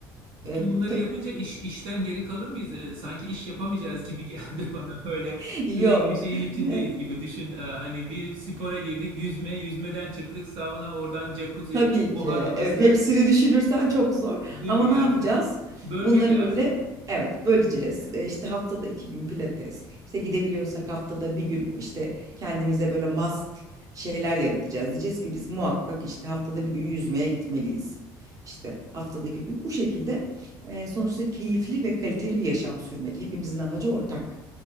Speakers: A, on the right (about 70°); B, on the right (about 40°).
A: Bütün
B: E,
A: bunları
B: bu da-
A: yapınca iş işten geri kalır mıyız? Ee, sanki iş yapamayacağız gibi <laughs> geldi bana. Böyle
B: <laughs> yok.
A: sürekli şeyin içindeyiz
B: <laughs>
A: gibi. Düşün, e, hani bir spora girdik, yüzme, yüzmeden çıktık sauna, oradan jacuzzi,
B: Tabii
A: buhar
B: ki.
A: odası,
B: Evet, hepsini düşünürsen çok zor.
A: değil
B: Ama
A: mi?
B: ne
A: Yani
B: yapacağız?
A: bölmek
B: Bunları
A: lazım.
B: böyle evet böleceğiz. E, işte haftada iki gün pilates. İşte gidebiliyorsak haftada bir gün işte kendimize böyle must şeyler yaratacağız. Diyeceğiz ki biz muhakkak işte haftada bir gün yüzmeye gitmeliyiz. İşte haftada iki gün bu şekilde e, sonuçta keyifli ve kaliteli bir yaşam sürmek. Hepimizin amacı ortak